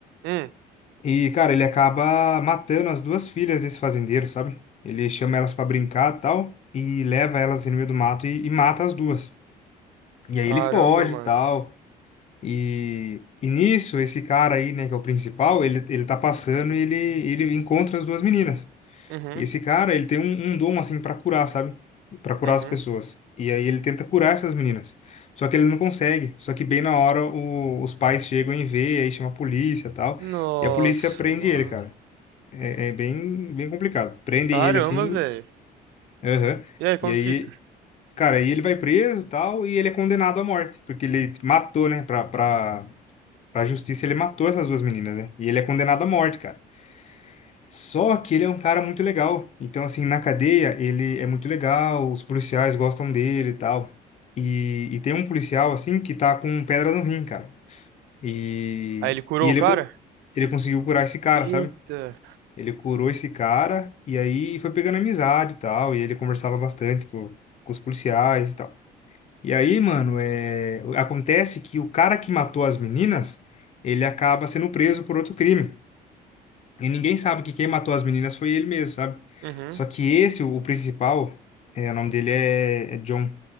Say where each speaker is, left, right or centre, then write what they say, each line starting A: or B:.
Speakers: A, on the right; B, on the left.
A: Hum.
B: E, cara, ele acaba matando as duas filhas desse fazendeiro, sabe? Ele chama elas pra brincar e tal, e leva elas no meio do mato e, e mata as duas. E aí
A: Caramba,
B: ele foge
A: mano.
B: e tal. E, e nisso, esse cara aí, né, que é o principal, ele, ele tá passando e ele, ele encontra as duas meninas.
A: Uhum.
B: E esse cara, ele tem um, um dom, assim, pra curar, sabe? Pra curar
A: Uhum.
B: as pessoas. E aí ele tenta curar essas meninas. Só que ele não consegue. Só que bem na hora o- os pais chegam e vê, aí chama a polícia e tal.
A: Nossa,
B: E a polícia prende
A: mano.
B: ele, cara. É, é bem, bem complicado. Prendem
A: Caramba,
B: ele assim,
A: velho.
B: aham.
A: E aí, como
B: E aí,
A: fica?
B: cara, aí ele vai preso e tal, e ele é condenado à morte, porque ele matou, né? Pra, pra, pra justiça, ele matou essas duas meninas, né? E ele é condenado à morte, cara. Só que ele é um cara muito legal. Então, assim, na cadeia, ele é muito legal, os policiais gostam dele e tal. E, e tem um policial, assim, que tá com pedra no rim, cara. E,
A: Aí ele curou
B: e ele,
A: o cara?
B: co- ele conseguiu curar esse cara,
A: Eita.
B: sabe? Ele curou esse cara e aí foi pegando amizade e tal. E ele conversava bastante com, com os policiais e tal. E aí, mano, é... acontece que o cara que matou as meninas, ele acaba sendo preso por outro crime. E ninguém sabe que quem matou as meninas foi ele mesmo, sabe?
A: Uhum,
B: Só que esse, o, o principal, é, o nome dele é, é John,